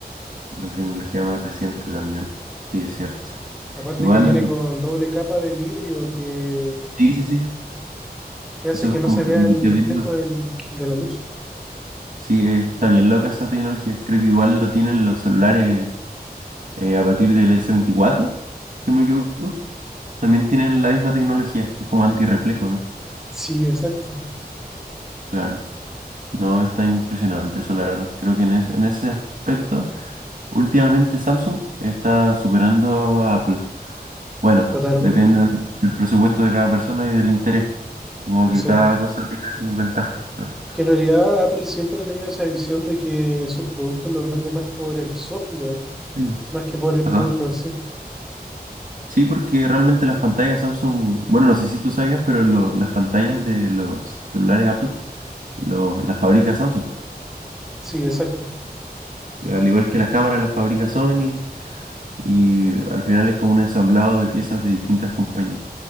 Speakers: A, on the right; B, in the centre.
A: Una tecnología más reciente también. Sí, es cierto.
B: Aparte
A: Igual,
B: que viene con doble capa de vidrio que,
A: sí, sí, sí.
B: que hace
A: Eso
B: que
A: es
B: no
A: como
B: se vea
A: tecnología
B: el reflejo
A: bien nueva.
B: del- de la luz.
A: Sí, eh, está bien loca esa tecnología. Creo que igual lo tienen los celulares eh, a partir del s veinticuatro si no me equivoco. También tienen la misma tecnología. Es como antirreflejo, ¿no?
B: Sí, exacto,
A: Claro. No, está impresionante eso, la verdad. Creo que en, es- en ese aspecto, últimamente Samsung está superando a Apple. Bueno,
B: totalmente,
A: depende del presupuesto de cada persona y del interés. Como
B: exacto.
A: que cada cosa tiene sus ventajas, ¿no?
B: Que en realidad Apple siempre ha tenido esa visión de que sus productos los vende más por el software,
A: Mm.
B: más que por el
A: Ajá.
B: producto en sí.
A: Sí, porque realmente las pantallas Samsung, bueno, no sé si tú sabías, pero lo- las pantallas de los celulares Apple lo- las fabrica Samsung.
B: Sí, exacto.
A: Al igual que las cámaras las fabrica Sony y al final es como un ensamblado de piezas de distintas compañías.